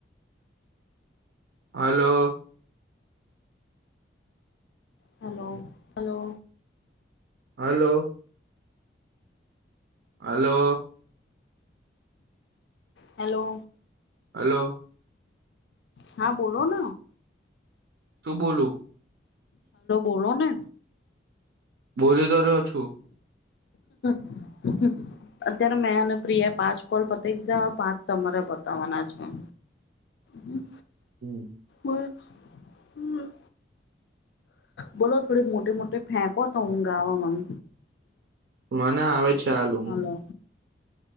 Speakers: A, on the right (about 70°); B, on the left (about 70°).
A: Hello.
B: Hello hello.
A: Hello. Hello.
B: Hello.
A: Hello.
B: હા બોલો ન.
A: શું બોલું.
B: બોલો ને
A: બોલી તો રયો છુ.
B: <inaudible> અત્યારે મેં અને પ્રિયા પાંચ કોલ પતાઈ દીધા હવે પાંચ તમારે પતાવવાના. પાંચમો. હમ્મ.
A: હમ્મ.
B: બ હમ્મ. બોલો થોડીક મોટી મોટી ફેંકો તો ઊંઘ આવ મને.
A: મને આવે છે. આલું
B: હાલો.